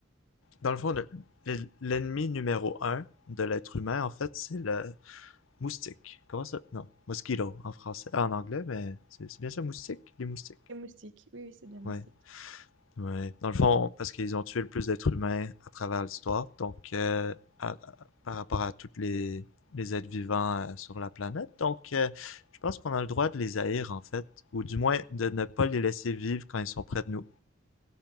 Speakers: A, on the left; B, on the right.
A: dans le fond, le- le- l'ennemi numéro un de l'être humain, en fait, c'est le moustique. Comment ça? Non, mosquito en français, en anglais, mais c'est c'est bien ça, moustique, les moustiques.
B: Les moustiques, oui, oui, c'est bien moustique.
A: Ouais. Ouais. Dans le fond, parce qu'ils ont tué le plus d'êtres humains à travers l'histoire, donc euh, à- à- par rapport à toutes les, les êtres vivants euh, sur la planète. Donc, euh, je pense qu'on a le droit de les haïr, en fait, ou du moins de ne pas les laisser vivre quand ils sont près de nous.